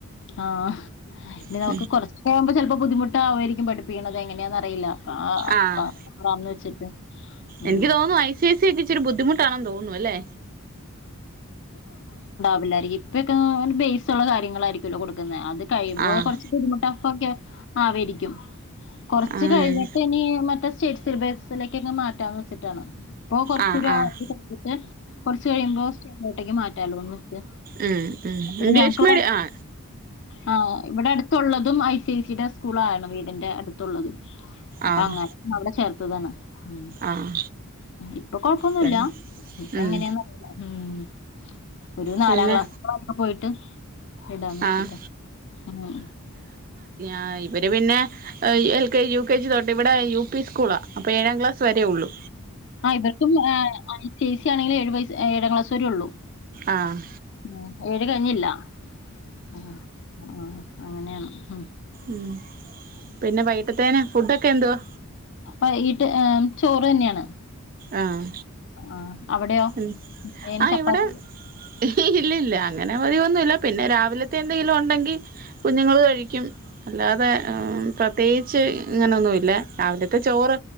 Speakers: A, on the left; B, on the right.
A: ആഹ് ആഹ് ഇനി
B: ഉം
A: നമുക്ക് കുറച്ചൊക്കെ ആമ്പോ ചെലപ്പോ ബുദ്ധി ട്ടാവുമാരിക്കും പഠിപ്പിക്കണത് എങ്ങനെയാന്ന് അറിയില്ല ആ അപ്പ
B: ആഹ്
A: അപ്പ ആന്ന് വെച്ചിട്ട് ഉം
B: എനിക്ക് തോന്നുന്നു ഐ സി ഐ സി ഒക്കെ ഇച്ചിരി ബുദ്ധിമുട്ടാണെന്ന് തോന്നുന്നു അല്ലേ
A: ള്ളാരിക്കും ഇപ്പൊക്കെ ന്ന് പറഞ്ഞ ബേസ് ഉള്ള കാര്യങ്ങൾ ആയിരിക്കുല്ലോ കൊടുക്കുന്ന അത് കൈയുമ്പോ
B: ആഹ്
A: കൊറച്ച് ബുദ്ധിമുട്ട്, ടഫ് ഒക്കെ ആ വേടിക്കും കൊറച്ച്
B: ആഹ്
A: കഴിഞ്ഞിട്ട് ഇനി മറ്റേ സ് സ്റ്റേറ്റ് സിലബസിലേക്ക് അങ്ങ് മാറ്റാമെന്നു വെച്ചിട്ടാണ് അപ്പോ കൊറച്ചുടെ
B: ആഹ്
A: ആവും
B: ആഹ്
A: ഇത് കഴിഞ്ഞിട്ട് കുറച്ച് കഴിയുമ്പോ അങ്ങോട്ടേക്ക് മാറ്റാലോന്ന് വെച്ച്
B: ആ ആ
A: പിന്നെ
B: ഇംഗ്ലീഷ്
A: ഞങ്ങക്ക് ഇവിടെ
B: മീഡിയം ആ
A: ആ ഇവിടെ അടുത്തുള്ളതും ഐ സി ഐ സി യുടെ സ്കൂളാണ് വീടിന്റെ അടുത്തുള്ളതും അപ്പൊ
B: ആഹ്
A: അങ്ങനെ അവിടെ ചേർ തതാണ് ഉം
B: ആഹ്
A: ഇപ്പൊ കൊഴപ്പൊന്നും
B: പിന്നെ
A: ഇല്ല ഇപ്പ
B: ഉം
A: എങ്ങനെയാന്ന് അറിയില്ല ഉം ഒരു നാലാം
B: പിന്നെ
A: ക്ലാസ്സക്കെ അവിടെ പോയിട്ട് വിടാന്നു വച്ചിട്ട്
B: ആഹ്
A: ആ ഉ
B: ആ ഇവര് പിന്നെ ഏഹ് L K G U K G തൊ ട്ടിവിടെ യു പി സ്കൂളാ അപ്പൊ ഏഴാം ക്ലാസ് വരേ ഒള്ളൂ.
A: ആ ഇവർക്കും ഐ സി സി ആണെങ്കില് ഏഴു വയസ് ഏഴാം ക്ലാസ് വരെ ഒള്ളു.
B: ആഹ്
A: <unintelligible> ത് കഴിഞ്ഞില്ല ആഹ് ആഹ് അങ്ങനെയാണ് ഹും
B: ഉം പിന്നെ വൈകിട്ടത്തേന് ഫുഡൊക്കെ എന്തുവാ?
A: ആ വൈകിട്ട് ചോറ് തന്നെയാണ്.
B: ആഹ്
A: ആഹ് അവിടെയോ
B: ഉം
A: ഏന്
B: ആ
A: ചപ്പാത്തി
B: ഇവിടെ ഹേ ഇല്ലില്ല. അങ്ങനെ പതിവൊന്നുമില്ല പിന്നെ രാവിലത്തെ എന്തെങ്കിലും ഒണ്ടെങ്കിൽ കുഞ്ഞുങ്ങള് കഴിക്കും അല്ലാതെ ആഹ് ം പ്രത്യേകിച്ച് ഇങ്ങനെയൊന്നും ഇല്ലെ രാവിലത്തെ ചോറ്